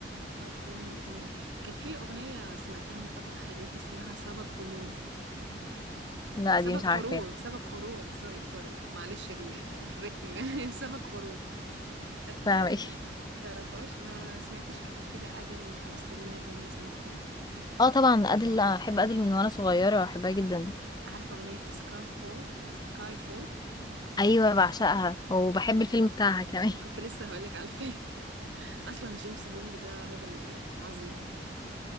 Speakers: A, on the right; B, on the left.
A: أردني ولبناني كان في أغنية سمعتها من فترة خليجي اسمها سبق جنون
B: لا دي
A: سبق
B: مش عارفاه
A: غرور سبق غرور سوري سوري معلش ال... الريتم <laughs> سبق غرور طب
B: فاهمة
A: ما
B: <laughs> ايه
A: تعرفهاش ما سمعتيش قبل كده أديل أو سيلينا جوميز مثلا
B: اه طبعا أدل لا، أحب أدل من وأنا صغيرة بحبها جدا
A: عارفة أغنية سكاي فول سكاي فول
B: أيوة بعشقها وبحب الفيلم بتاعها كمان
A: كنت لسه هقولك على الفيلم <laughs> أصلا جيمس بوند ده راجل عظيم